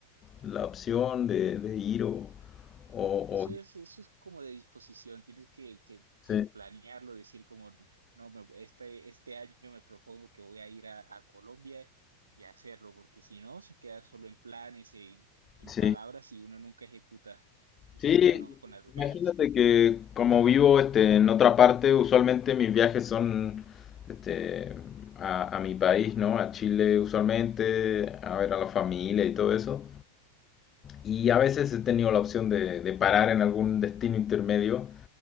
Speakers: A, on the left; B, on the right.
A: la opción de, de ir o, o,
B: Eso
A: o-
B: es, eso es como de disposición, tienes que, que,
A: Sí,
B: que planearlo, decir como, no, me- este, este año me propongo que voy a ir a, a Colombia y hacerlo, porque si no, se queda solo en planes, en, en
A: sí.
B: palabras y uno nunca ejecuta y
A: Sí,
B: se queda uno con las ganas.
A: imagínate que como vivo este, en otra parte, usualmente mis viajes son este, a, a mi país, ¿no? A Chile usualmente, a ver a la familia y todo eso. Y a veces he tenido la opción de, de parar en algún destino intermedio